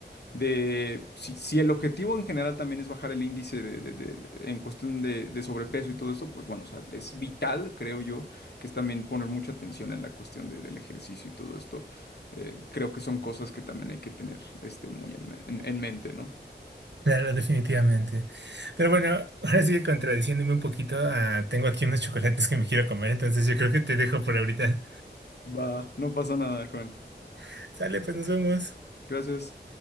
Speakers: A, on the left; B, on the right.
A: de si, si el objetivo en general también es bajar el índice de, de- de- en cuestión de, de sobrepeso y todo eso, pues bueno, o sea, es vital, creo yo, que es también poner mucha atención en la cuestión de- del ejercicio y todo esto. Eh, creo que son cosas que también hay que tener este, muy en, me- en en mente, ¿no?
B: Claro, definitivamente. Pero bueno, ahora sí que contradiciéndome un poquito, ah, tengo aquí unos chocolates que me quiero comer, entonces yo creo que te dejo por ahorita.
A: Va, no pasa nada, Juan.
B: <laughs> Sale, pues nos vemos.
A: Gracias.